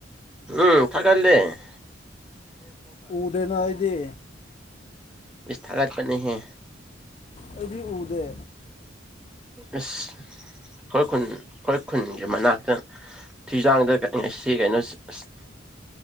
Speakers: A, in the centre; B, on the left (about 35°).
A: ꯎꯝ ꯊꯒꯗꯦ
B: ꯎꯗꯅ ꯑꯩꯗꯤ
A: ꯁꯊꯥꯠ ꯄꯅꯦ ꯍ
B: ꯑꯩꯗꯤ ꯎꯗꯦ
A: ꯑꯁ ꯈꯨꯣꯏ ꯈꯨꯟ ꯈꯨꯔ ꯈꯨꯨꯟꯒꯤ ꯃꯅꯥꯛꯇ ꯊꯤꯖꯥꯡꯗ ꯉꯁꯤ ꯀꯩꯅꯣꯁꯤ ꯑꯁ